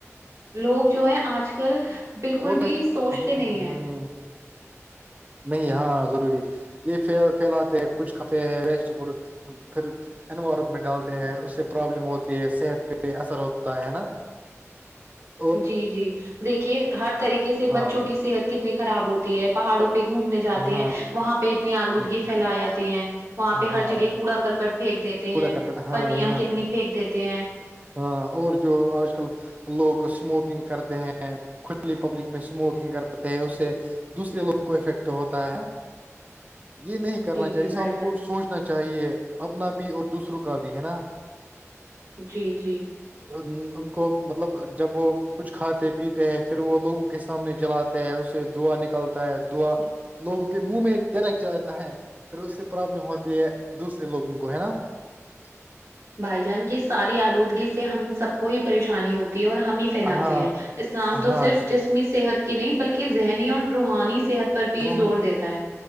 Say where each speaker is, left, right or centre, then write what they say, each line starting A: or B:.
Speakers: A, on the right; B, on the right.
A: لوگ جو ہے آج کل بالکل
B: وہ
A: بھی
B: تو
A: سوچتے
B: ہم-
A: نہیں ہیں
B: <inaudible> نہیں ہاں ضروری یہ پھیلاتے ہیں کچھ کھاتے ہیں ویسٹ ف خھر انوائرمنٹ ڈالتے ہیں اس سے پرابلم ہوتی ہے صحت پہ اثر ہوتا ہے نا <inaudible>
A: جی جی دیکھیے ہر طریقے سے
B: ہاں
A: بچوں کی صحت کتنی خراب ہوتی ہے پہاڑوں پہ گھومنے جاتے
B: ہاں
A: ہیں وہاں پہ اتنی آلودگی
B: ہوں،
A: پھیل جے ہیں وہاں
B: ہاں
A: پہ ہر جگہ کوڑا کرک پھینک دیتے
B: کوڑا
A: ہیں
B: کرکٹ ہاں
A: پنیا
B: وہی نا
A: کتنی پھینک دیتے ہیں
B: ہاں اور جو آج کل لوگ اسموکنگ کرتے ہیں کلی پبلک میں اسموکنگ کرتے ہیں اسے دوسرے لوگوں کو افیکٹ ہوتا ہے یہ نہیں کرنا
A: جی،
B: چاہیے
A: جی
B: انسان
A: بھائی جان،
B: کو سوچنا چاہیے اپنا بھی اور دوسروں کا بھی ہے نا
A: جی جی
B: ان کو مطلب جب وہ کچھ کھاتے پیتے ہیں پھر وہ لوگوں کے سامنے جلاتے اس سے دوا نکلتا ہے دوا لوگوں کے منہ میں درک جاتا ہے پھر اس سے پرابلم ہوتی ہے دوسرے لوگوں کو ہے نا اچ <inaudible>
A: بھائی جان کی ساری آلودگی سے ہم سب کو ہی پریشانی ہوتی ہے اور ہمیں پھیلاتے
B: ہاں
A: ہیں اسلام تو
B: ہاں
A: صرف
B: جی
A: جسمی صحت کی نہیں بلکہ ذہنی اور روحانی صحت پر بھی
B: روہن
A: زور دیتا ہے